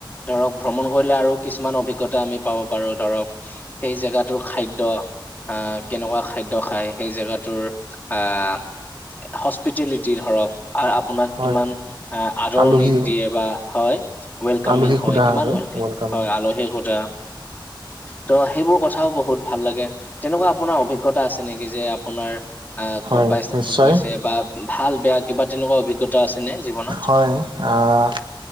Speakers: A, on the left; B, on the right.
A: ধৰক ভ্ৰমণ কৰিলে আৰু কিছুমান অভিজ্ঞতা আমি পাব পাৰোঁ ধৰক সেই জেগাটোৰ খাদ্য। আহ কেনেকুৱা খাদ্য খায় সেই জেগাটোৰ আহ। হস্পিটেলিটি ধৰক। আ-আপোনাক
B: হয়
A: কিমান, আদৰণি
B: আলহী
A: দিয়ে বা হয়, ওৱেলকামি
B: আলহী সোধা
A: হয়। কিমান
B: আৰু
A: ওৱেল কে
B: ৱেলকাম
A: হয়, আলহীৰ সুধা। ত' সেইবোৰ কথাও বহুত ভাল লাগে। যেনেকুৱা আপোনাৰ অভিজ্ঞতা আছে নেকি? যে। আপোনাৰ, আহ,
B: হয়
A: ক'তবাই
B: নিশ্চয়
A: গৈছে বা। ভাল বেয়া কিবা তেনেকুৱা অভিজ্ঞতা আছেনে, জীৱনত?।
B: হয়, আ'হ